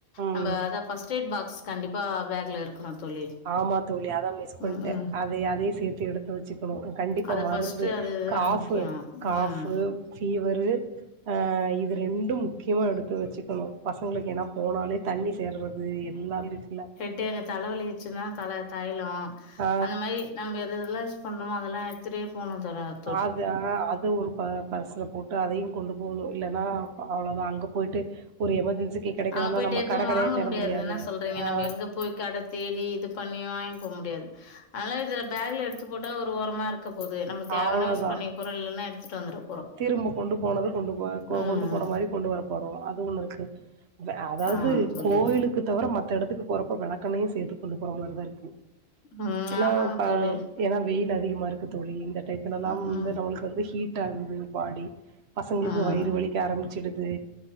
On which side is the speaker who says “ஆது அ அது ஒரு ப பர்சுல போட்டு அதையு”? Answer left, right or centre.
Right